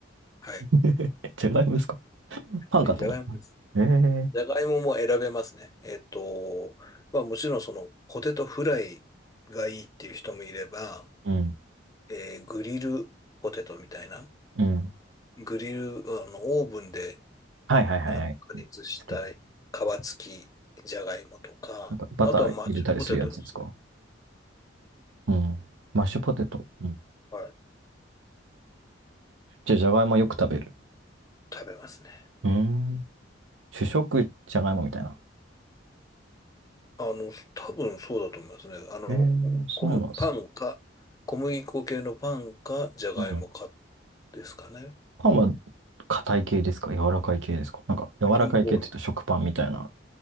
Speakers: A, on the left (about 20°); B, on the right (about 85°).
A: はい。
B: <laughs> じゃがいもですかパンかと思った。
A: はい、じゃがいもです。
B: えー
A: じゃがいもも選べますね。えっと、まあもちろんそのポテトフライがいいっていう人もいれば、
B: うん。
A: えーグリルポテトみたいな。
B: うん。
A: グリル、あの、オーブンで
B: はいはいはいはい。
A: あの加熱したい皮付きじゃがいもとか、
B: 好きな。なんかバター入れたりするやつですか
A: あとはマッシュポテトにする。
B: うん。マッシュポテト。うん。
A: はい。
B: じゃあ、じゃがいもよく食べる。
A: 食べますね。
B: うーん。主食、じゃがいもみたいな。
A: あの、多分そうだと思いますね。あの、
B: えーそうなんです。
A: 小麦パンか、小麦粉系のパンか、じゃがいもか
B: う
A: ですかね。
B: パンは硬い系ですか柔らかい系ですかなんか、柔らかい系って言うと食パンみたいな。
A: 両方あり